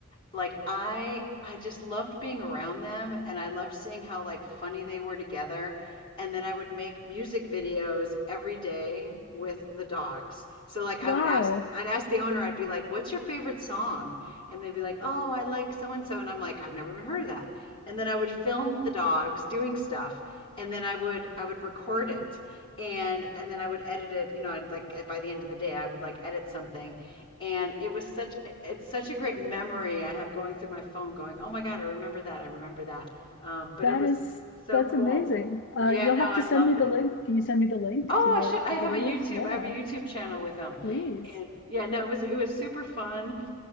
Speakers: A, on the left; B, on the left.
A: like I I just loved being around them and I loved seeing how like funny they were together and then I would make music videos every day with the dogs. So like
B: Wow.
A: I would ask I'd ask the owner I'd be like, "What's your favorite song?" And they'd be like, "Oh, I like so and so." And I'm like, "I've never even heard of that." And then I would film the dogs doing stuff and then I would I would record it and and then I would edit it, you know, I'd like by the end of the day I would like edit something and it was such it's such a great memory I have going through my phone going, "Oh my God, I remember that. I remember that." Um, but
B: That
A: it was
B: is,
A: so
B: that's
A: cool.
B: amazing. Uh,
A: Yeah,
B: you'll
A: no,
B: have
A: I
B: to
A: loved
B: send me the
A: it.
B: link. Can you send me the link
A: Oh,
B: to your
A: I should. I have
B: videos?
A: a YouTube.
B: Yeah,
A: I have a YouTube channel with them.
B: please.
A: And yeah, no, it was it was super fun